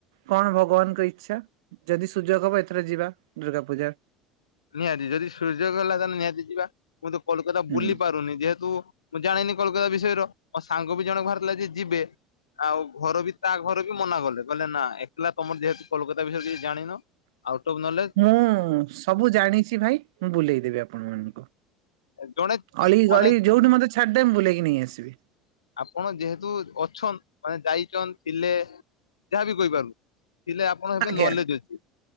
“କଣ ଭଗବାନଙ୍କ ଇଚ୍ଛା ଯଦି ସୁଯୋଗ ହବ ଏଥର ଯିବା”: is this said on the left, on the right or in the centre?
Right